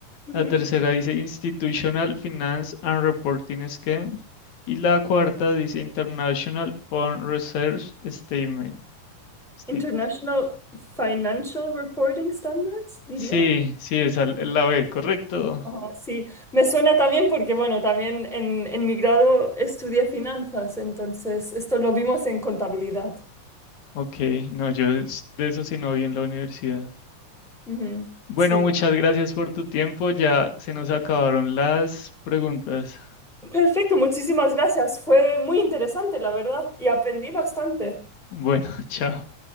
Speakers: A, in the centre; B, on the left.
A: Ujú.
B: la tercera dice Institutional Finance and Reporting Scheme y la cuarta dice International fund Reserve Statement. Sti-
A: International Financial Reporting Standards, diría.
B: Sí, sí, esa es la B, correcto.
A: Ajá, sí, me suena también porque, bueno, también en, en mi grado estudié finanzas, entonces esto lo vimos en contabilidad.
B: Ok, no, yo de eso sí no vi en la universidad.
A: Ujú,
B: Bueno,
A: Sí.
B: muchas gracias por tu tiempo. Ya se nos acabaron las preguntas.
A: Perfecto, muchísimas gracias. Fue muy interesante, la verdad, y aprendí bastante.
B: Bueno, <laughs> chao.